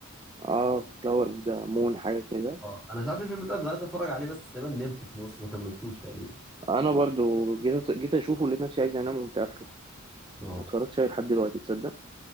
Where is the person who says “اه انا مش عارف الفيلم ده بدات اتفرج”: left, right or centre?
Centre